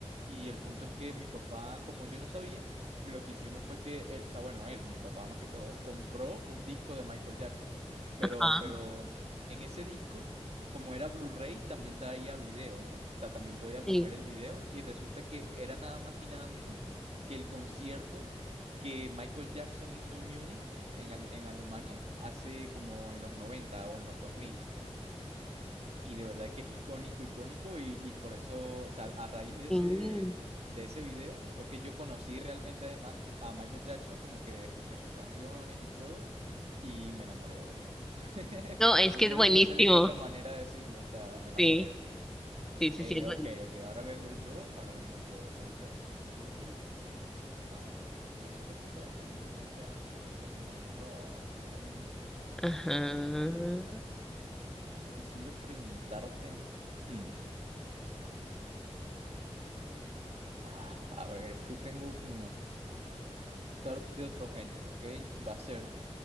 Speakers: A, on the right; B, in the centre.
A: y el punto es que mi papá, como yo no sabía, lo que hicimos fue que, él- o sea, bueno, él, mi papá más que todo, compró un disco de Michael Jackson, pero,
B: Ajá.
A: pero en ese disco... Como era Blu-ray, también traía video, ¿no? O sea, también podíamos
B: Sí,
A: ver el video y resulta que era nada más y nada menos que el concierto que Michael Jackson hizo en Múnich, en, Ale- en Alemania, hace como en los 90 o en los 2000. Y de verdad que es icónico, icónico, y, y por eso, o sea, a raíz de ese,
B: sí.
A: de ese video fue que yo conocí realmente a Mal- a Michael Jackson, como que escuché sus canciones y todo, y me enamoré, obviamente. <laughs>
B: No, es
A: No
B: que
A: sé,
B: es buenísimo.
A: no sé de qué otra manera decirlo, o sea, me enamoré.
B: Sí,
A: pues.
B: sí, sí,
A: Eh,
B: sí, es buenísimo.
A: ok, ok, ahora vengo yo, ahora vengo yo, yo, yo, yo, yo, yo. A ver, yo sé que tú sabes de música, que te gusta como el rock por ahí.
B: Ajá.
A: Yo lo sé, yo lo sé. Quisiera preguntarte, hmm, ah, a ver, es que tengo como preguntar de otro género, ¿ok? Va a ser,